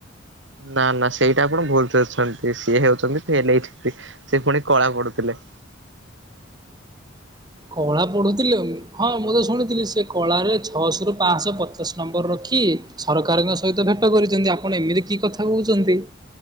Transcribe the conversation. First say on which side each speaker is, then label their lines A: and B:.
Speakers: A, on the right; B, on the right.
A: ନା ନା ସେଇଟା ଆପଣ ଭୁଲ ସେ ଶୁଣିଥିବେ ସିଏ ହେଉଚନ୍ତି ଫେଲ ହେଇଚନ୍ତି ସେ ପୁଣି କଳା ପଢୁଥିଲେ।
B: କଳା ପଢୁଥିଲେ ହଁ ମୁଁ ତ ଶୁଣିଥିଲି ସେ କଳାରେ ଛଅଶହରୁ ପାନ୍ସ ପଚାଶ ନମ୍ବର ରଖି। ସରକାରଙ୍କ ସହିତ ଭେଟ କରିଚନ୍ତି ଆପଣ ଏମିତି କି କଥା କହୁଚନ୍ତି।